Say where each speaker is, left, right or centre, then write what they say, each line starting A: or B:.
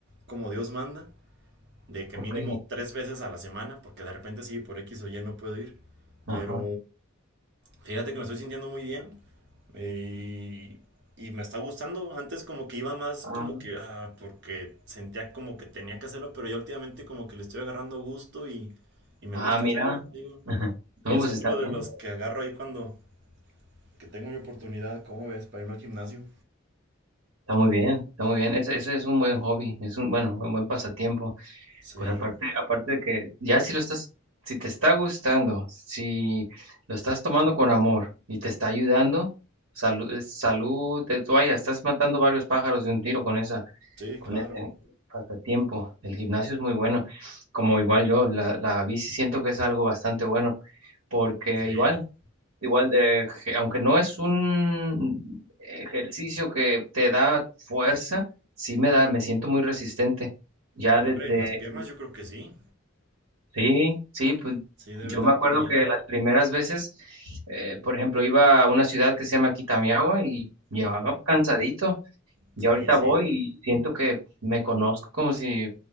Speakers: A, on the right; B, on the right.
A: como Dios manda, de que
B: ok.
A: mínimo tres veces a la semana, porque de repente sí, por X o Y no puedo ir,
B: Ajá.
A: pero Fíjate que me estoy sintiendo muy bien eh, y, y me está gustando. Antes como que iba más
B: Ah,
A: como que, ah, porque sentía como que tenía que hacerlo, pero ya últimamente como que le estoy agarrando gusto y, y me
B: Ah,
A: gusta
B: mira.
A: hacerlo, digo.
B: <laughs>
A: Y
B: No,
A: es
B: pues
A: otro
B: está bien,
A: de los que agarro ahí cuando que tengo mi oportunidad, ¿cómo ves? Para irme al gimnasio.
B: está muy bien, está muy bien. Ese, ese es un buen hobby, es un, bueno, un buen pasatiempo.
A: Sí,
B: Pues aparte, aparte de que ya si lo estás, si te está gustando, si lo estás tomando con amor y te está ayudando, salud, es salud, de toalla, estás matando varios pájaros de un tiro con esa,
A: sí,
B: con
A: claro.
B: ese pasatiempo. El gimnasio es muy bueno. Como igual yo, la, la bici siento que es algo bastante bueno, porque
A: Sí.
B: igual Igual, eh, je- aunque no es un ejercicio que te da fuerza, sí me da, me siento muy resistente. Ya
A: No,
B: desde,
A: hombre, en las piernas yo creo que sí.
B: sí, sí, pues
A: Sí, debe
B: yo
A: dar
B: me acuerdo
A: también.
B: que las primeras veces, eh, por ejemplo, iba a una ciudad que se llama Kitamiawa y llevaba
A: Ujú.
B: cansadito. Yo
A: Sí,
B: ahorita
A: sí.
B: voy y siento que me conozco como si